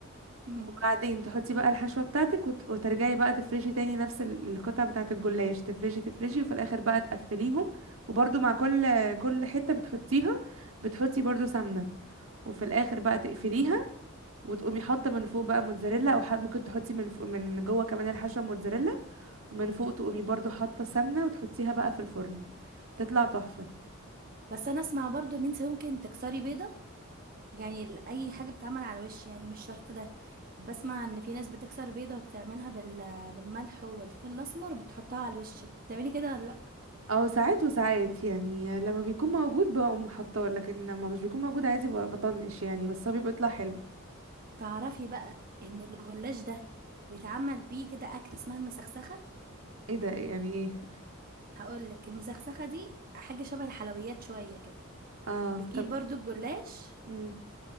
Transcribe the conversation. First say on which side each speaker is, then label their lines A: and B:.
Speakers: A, on the right; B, on the right.
A: مم.
B: وبعدين تحطي بقى الحشوة بتاعتك وت- وترجعي بقى تفرشي تاني نفس ال- القطع بتاعة الجلاش تفرشي تفرشي وفي الآخر بقى تقفليهم وبرضو مع كل كل حتة بتحطيها بتحطي برضو سمنة وفي الآخر بقى تقفليها وتقومي حاطة من فوق بقى موتزاريلا أو ح- ممكن تحطي من فوق من جوه كمان الحشوة موتزاريلا ومن فوق تقومي برضو حاطة سمنة وتحطيها بقى في الفرن تطلع تحفة
A: بس انا اسمع برضو ان انت ممكن تكسري بيضة يعني ال- اي حاجة بتتعمل على الوش يعني مش شرط ده بسمع ان في ناس بتكسر بيضة وتعملها بال... بالملح والفلفل الاسمر بتحطها على الوش بتعملي كده ولا لا
B: أو ساعات وساعات يعني لما بيكون موجود بقوم حاطاه لكن لما مش بيكون موجود عادي ب- بطنش يعني بس هو بيبقى يطلع حلو
A: تعرفي بقى ان الجلاش ده بيتعمل بيه كده اكلة اسمها المسخسخة
B: ايه ده إيه؟ يعني ايه
A: هقولك المسخسخة دي حاجة شبه الحلويات شوية كده
B: اه
A: بتجيب
B: طب
A: برضو الجلاش
B: امم